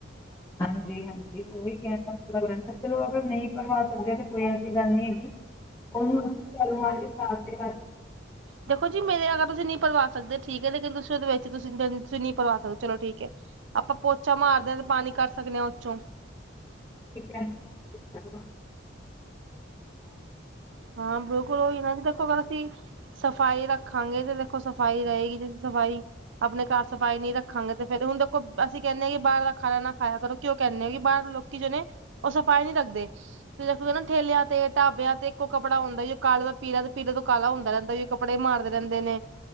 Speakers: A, on the left; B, on the right.
A: ਹਾਂਜੀ -ਹਾਂਜੀ, ਉਹੀ ਕਹਿਣ ਦਾ ਮਤਲਬ ਰਹਿੰਦਾ, ਚਲੋ ਅਗਰ ਨਹੀਂ। ਕਰਵਾ ਸਕਦੇ ਤੇ ਕੋਈ ਐਸੀ ਗੱਲ ਨੀ ਹੈਗੀ, ਉਹਨੂੰ ਝਾੜੂ ਮਾਰ ਕੇ ਸਾਫ ਤੇ ਕਰ
B: ਦੇਖੋ ਜੀ ਮੇਰੇ ਵਾਲਾ ਤੁਸੀਂ ਨਹੀਂ ਭਰਵਾ ਸਕਦੇ ਠੀਕ ਹੈ, ਲੇਕਿਨ ਤੁਸੀਂ ਉਹਦੇ ਵਿੱਚ ਤੁਸੀਂਸੀਂ ਨਹੀਂ ਭਰਵਾ ਸਕਦੇ। ਚਲੋ ਠੀਕ ਹੈ, ਆਪਾਂ ਪੋਚਾ ਮਾਰਦੇ ਹਾਂ ਤੇ ਪਾਣੀ ਕਢ ਸਕਦੇ ਹਾਂ ਉਹ ਚੋਂ।
A: ਠੀਕ ਹੈ।
B: ਹਾਂ ਬਿਲਕੁਲ, ਉਹਹੀ ਇਹਨਾਂ ਦੀ ਦੇਖੋ ਪਰ ਅਸੀਂ ਸਫ਼ਾਈ ਰੱਖਾਂਗੇ ਤੇ ਦੇਖੋ ਸਫ਼ਾਈ ਰਹੇਗੀ, ਜੇ ਸਫ਼ਾਈ ਅਪਣੇ ਘਰ ਸਫ਼ਾਈ ਨੀ ਰੱਖਾਂਗੇ ਤੇ ਫੇਰ ਹੁਨ ਦੇਖੋ, ਅਸੀਂ ਕੈਨੇ ਆ ਕਿ ਬਾਰ ਦਾ ਖਾਨਾ ਨਾ ਖਾਯਾ ਕਰੋ ਕਯੋਂ ਕੈਨੇ ਆ ਕਿ ਬਾਰ ਲੋਕ ਕਿ ਜੋ ਨੇ, ਉਹ ਸਫਾਈ ਨੀ ਰੱਖਦੇ ਫਿਰ ਦੇਖੋਗੇ ਨਾ, ਠੇਲਿਆਂ ਤੇ, ਢਾਬਿਆਂ ਤੇ ਇੱਕ ਕੱਪੜਾ ਹੁੰਦਾ ਜੋ ਕਾਲੇ ਤੋੰ ਪੀਲਾ, ਪੀਲੇ ਤੋਂ ਕਾਲਾ ਹੁੰਦਾ ਰਹਿੰਦਾ, ਜੋ ਕੱਪੜੇ ਮਾਰਦੇ ਰਹਿੰਦੇ ਨੇ